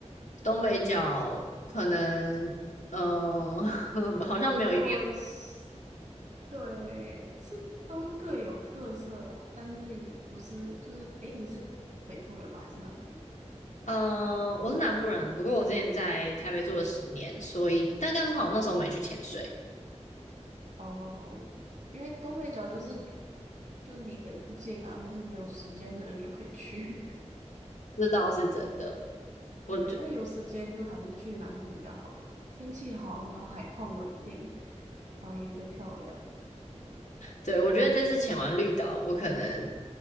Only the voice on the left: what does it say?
东北角可能，嗯、<laughs> 好像没有一定。
嗯、我是南部人，不过我之前在台北住了十年，所以但刚好那时候没去潜水，
这倒是真的。
我
对，我觉得这次潜完绿岛，我可能，